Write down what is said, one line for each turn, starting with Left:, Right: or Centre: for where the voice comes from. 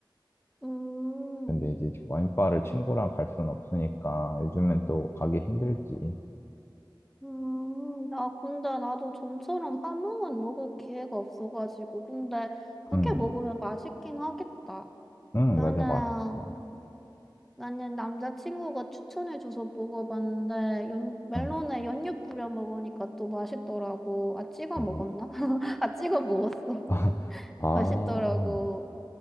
Centre: 음,
Left: 근데 이제 와인바를 친구랑 갈 수는 없으니까 요즘엔 또 가기 힘들지.
Centre: 음, 아, 근데 나도 좀처럼 함흥은 먹을 기회가 없어가지고. 근데 이렇게
Left: 응,
Centre: 먹으면 맛있긴 하겠다.
Left: 응,
Centre: 나는,
Left: 맞아, 맛있어.
Centre: 나는 남자친구가 추천해줘서 먹어봤는데, 연, 멜론에
Left: 응.
Centre: 연유 뿌려 먹으니까 또 맛있더라고. 아, 찍어
Left: 오.
Centre: 먹었나? <laughs> 아, 찍어 먹었어. <laughs>
Left: <laughs> 아,
Centre: 맛있더라고.